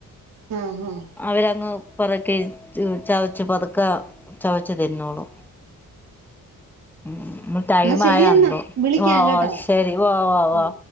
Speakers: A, on the right; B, in the centre.
A: ആ ആ
B: അവരങ്ങ് പതുക്കെ ച് ചവച്ച് പതുക്കെ ചവച്ച് തിന്നോളും ഉം ഇന്നു ടൈമായോ
A: എന്നാ ശരിയെന്നാ
B: എന്തോ
A: വിളിക്കാം
B: വോ
A: കേട്ടോ
B: ശെരി വോ വോ വോ
A: ഉം